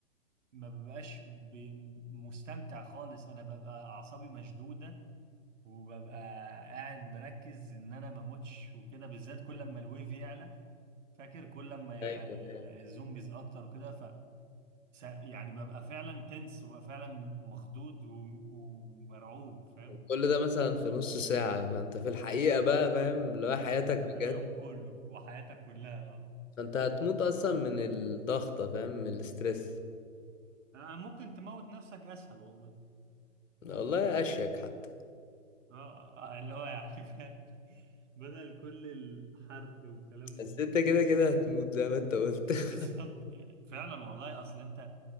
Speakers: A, on the right; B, on the left.
A: ما ببقاش بي- مستمتع خالص انا ببقى اعصابي مشدودة وببقى قاعد مركز ان انا ما اموتش وكده بالذات كل لما الويف يعلى فاكر كل لما يبقى
B: ايوه
A: ال-
B: ايوه
A: الزومبيز اكتر وكده س- يعني ببقى فعلا تنس وببقى فعلا مخضوض و- ومرعوب فاهم
B: وكل ده مثلا في نص ساعة فانت في الحقيقة بقى فاهم اللي هو حياتك
A: انت
B: بجد
A: اليوم كله وحياتك كلها
B: فانت هتموت اصلا من الضغطة فاهم من الاسترس
A: آه ممكن تموت نفسك اسهل والله
B: والله اشيك حتى
A: اه آه، اللي هو يعني فاهم <laughs> بدل كل الحرق والكلام
B: بس
A: ده
B: انت كده كده هتموت زي ما انت قلت
A: <laughs>
B: <laughs>
A: بالظبط يعني فعلا والله اصل انت